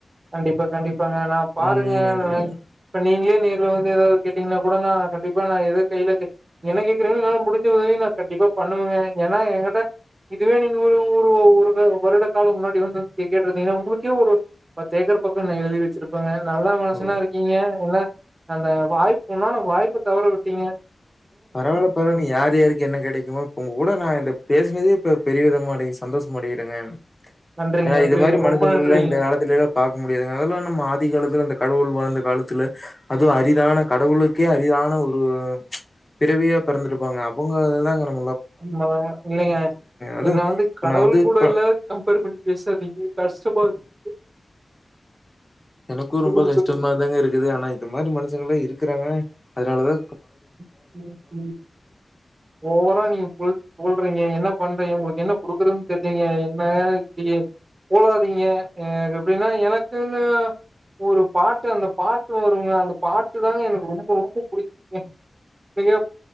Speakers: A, on the right; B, on the left.
A: கண்டிப்பா கண்டிப்பாங்க நான் பாருங்க
B: ம்
A: நா இப்ப நீங்களே நேர்ல வந் ஏதாது கேட்டீங்கன்னா கூட நான் கண்டிப்பா நா எதோ கையில கே என்ன கேக்குறீங்களோ என்னால முடுஞ்ச உதவிய நான் கண்டிப்பா பண்ணுவேங்க. ஏன்னா என்கிட்ட இதுவே நீங்க ஒரு ஒரு ஒரு வருட காலம் முன்னாடி வந்து கேட்டு இருந்தீங்கன்னா உங்களுக்கே ஒரு பத்தேக்கர் பக்கோ நான் எழுதி வச்சிருப்பேங்க நல்லா மனுசனா
B: ஓ
A: இருக்கீங்க என்னா அந்த வாய்ப் இன்னோன்னு வாய்ப்பு தவற விட் டீங்க
B: பரவால்ல பரவால்லங்க யார் யாருக்கு என்ன கெடைக்குமோ இப்ப உங்க கூட நான் இந்த பேசுனதே இப்ப பெரியவிதமா அடை சந்தோஷமடை ட்ருங்கம்
A: நன்றிங்க,
B: ஏனா
A: நன்றிங்க.
B: இது மாரி மனுசங்கள
A: ரொம்ப நன்றிங்க.
B: எல்லா இந்த காலத்தில எல்லா பாக்க முடியாதுங்க அதுல்லா நம்ம ஆதி காலத்தில அந்த கடவுள் வாழ்ந்த காலத்துல அதுவு அரிதான கடவுளுக்கே அரிதான ஒரு பிறவியா பிறந்திருப்பாங்க அவுங்களத தாங்க ந
A: உண்மதாங்க இல்லீங்க
B: அதுவு
A: என்ன வந்து
B: இப்ப
A: கடவுள்
B: நா வந்து
A: கூட
B: இப்ப
A: எல்ல கம்பேர் பண்ணி பேசாதீங்க கஷ்டமா இருக்கு <unintelligible>
B: எனக்கு ரொம்ப
A: சொல்லுங்க,
B: கஷ்டமா
A: சொல்லுங்க.
B: தாங்க இருக்குது ஆனா இது மாதிரி மனுஷங்கள்ல இரு க்குறாங்க அதுனாலதா
A: <inaudible> ஓவரா நீங்க புழ் புகழ்றீங்க என்ன பண்றீங்க உங்குளுக்கு என்ன குடுக்கறதுன் தெர்லீங்க என்னங்க இப்டி புகழாதீங்க எனக் எப்டின்னா எனக்கு ஞா ஒரு பாட்டு அந்த பாட்டு வருங்க அந்த பாட்டு தாங்க எனக்கு ரொம்ப ரொம்ப புடிக் <inaudible> பிகப்